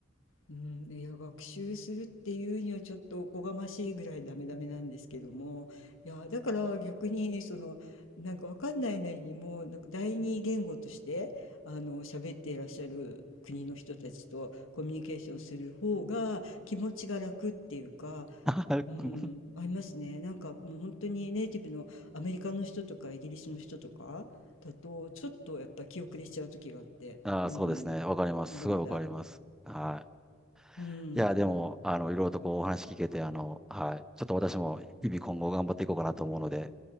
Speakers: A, on the left (about 75°); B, in the centre.
A: うん、いや学習するっていうにはちょっとおこがましいぐらいダメダメなんですけどもいやだから逆にそのなんかわかんないなりにもなんか第二言語としてあの喋っていらっしゃる国の人たちとコミュニケーションする方が気持ちが楽っていうか、
B: <laughs>
A: うん、ありますねなんかもう本当にネイティブのアメリカの人とかイギリスの人とかだとちょっとやっぱ気後れしちゃう時があって、
B: ああ、
A: うん、
B: そうですね。わかります。
A: まだまだ。
B: すごいわかります。は
A: うん
B: い。いや、でも、あの、いろいろとこうお話聞けて、あの、はい。ちょっと私も日々今後頑張っていこうかなと思うので、